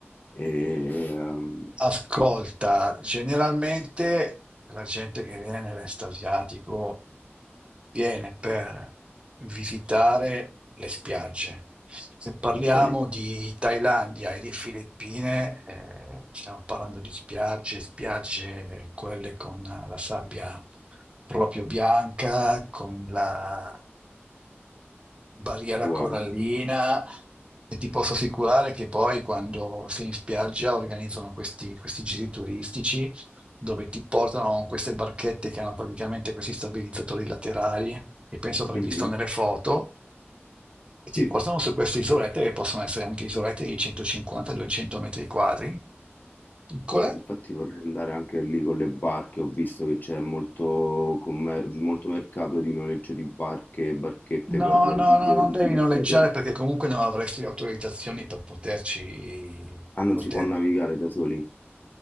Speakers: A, on the left (about 45°); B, on the right (about 25°).
A: E, ehm,
B: Ascolta, generalmente la gente che viene nell'est asiatico viene per visitare le spiagge. Se parliamo
A: ok,
B: di Thailandia e di Filippine, eh, stiamo parlando di spiagge, spiagge quelle con la sabbia proprio bianca, con la barriera
A: wow.
B: corallina e ti posso assicurare che poi quando sei in spiaggia organizzano questi, questi giri turistici dove ti portano con queste barchette che hanno praticamente questi stabilizzatori laterali che penso avrai
A: Mhm,
B: visto nelle foto e
A: Sì.
B: ti portano su queste isolette che possono essere anche isolette di 150-200 metri quadri, piccole.
A: Infatti vorrei andare anche lì con le barche, ho visto che c'è molto, commer- molto mercato di noleggio di barche e barchette
B: No,
A: per raggiungere
B: no, no, non
A: tutti
B: devi
A: questi
B: noleggiare
A: atolli.
B: perché comunque non avresti le autorizzazioni per poterci,
A: Ah,
B: per
A: non
B: poter-
A: si può navigare da soli?